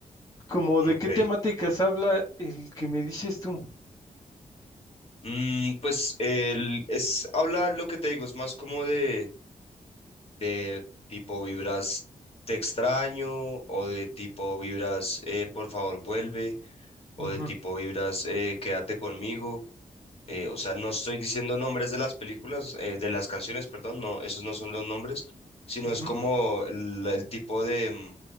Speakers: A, on the left (about 25°); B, on the left (about 45°).
A: Como de
B: Ok.
A: qué temáticas habla el que me dices tú.
B: Mm, pues él es, habla lo que te digo, es más como de de tipo vibras te extraño o de tipo vibras eh, por favor vuelve o
A: Ujú,
B: de tipo vibras eh, quédate conmigo. Eh, o sea, no estoy diciendo nombres de las películas, eh, de las canciones, perdón, no, esos no son los nombres, sino
A: ujú.
B: es como el, el tipo de mm,